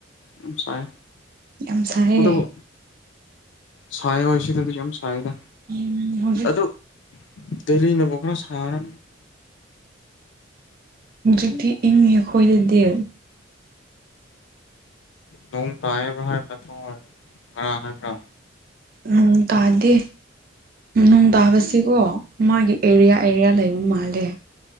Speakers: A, on the left; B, on the right.
A: ꯌꯥꯝ ꯁꯥꯏ
B: ꯌꯥꯝ ꯁꯥꯏꯌꯦ
A: ꯑꯗꯨꯕꯨ ꯁꯥꯏ ꯍꯣꯏ ꯁꯤꯗꯗꯤ ꯌꯥꯝ ꯁꯥꯏꯗ
B: ꯎꯝ ꯍꯧꯖꯤꯛ
A: ꯑꯗꯨ ꯗꯦꯂꯤꯅꯕꯨ ꯈꯔ ꯁꯥꯔ
B: ꯍꯧꯖꯤꯛꯇꯤ ꯏꯪꯉꯦ ꯑꯈꯣꯏꯗꯗꯤ꯫
A: ꯅꯣꯡ ꯇꯥꯏꯕ꯭ꯔꯥ ꯍꯥꯏꯕ꯭ꯔꯥ ꯅꯠꯇ꯭ꯔꫭ ꯉꯔꯥꯡ ꯍꯥꯏꯕ꯭ꯔꯥ꯫
B: ꯎꯝ ꯇꯥꯗꯦ꯫ ꯎꯝ ꯅꯨꯡ ꯇꯥꯕꯁꯤꯀꯣ ꯃꯥꯒꯤ ꯑꯦꯔꯤꯌꯥ ꯑꯦꯔꯤꯌꯥ ꯂꯩꯕ ꯃꯥꯜꯂꯦ꯫